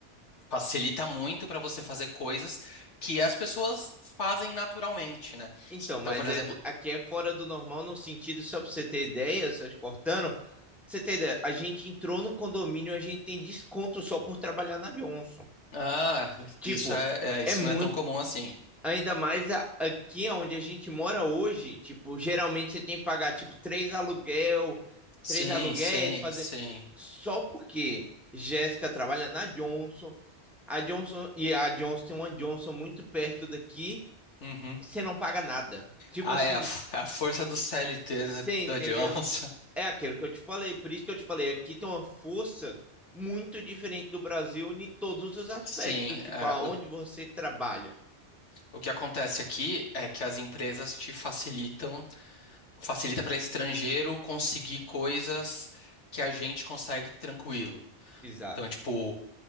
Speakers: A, on the left; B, in the centre.
A: facilita muito para você fazer coisas que as pessoas fazem naturalmente, né?
B: Então, mas
A: Então, por exemplo,
B: é, aqui é fora do normal no sentido, só para você ter ideia, só te cortando, você ter ideia, a gente entrou no condomínio, a gente tem desconto só por trabalhar na Johnson.
A: ah,
B: Tipo,
A: isso é, é- isso
B: é muito,
A: não é tão comum assim.
B: ainda mais a- aqui onde a gente mora hoje, tipo, geralmente você tem que pagar, tipo, três aluguel,
A: Sim,
B: três aluguéis,
A: sim,
B: fazer...
A: sim.
B: Só porque Jéssica trabalha na Johnson, a Johnson, e a Johnson tem uma Johnson muito perto daqui,
A: Uhum.
B: você não paga nada. Tipo
A: Ah,
B: assim,
A: é a, <laughs> f- é a força do CLT,
B: Você
A: né,
B: entendeu?
A: da Johnson.
B: É aquilo que eu te falei, por isso que eu te falei, aqui tem uma força muito diferente do Brasil em todos os aspectos,
A: Sim,
B: tipo
A: é,
B: aonde
A: o,
B: você trabalha.
A: o que acontece aqui é que as empresas te facilitam facilita para estrangeiro conseguir coisas que a gente consegue tranquilo.
B: Exato.
A: Então, tipo,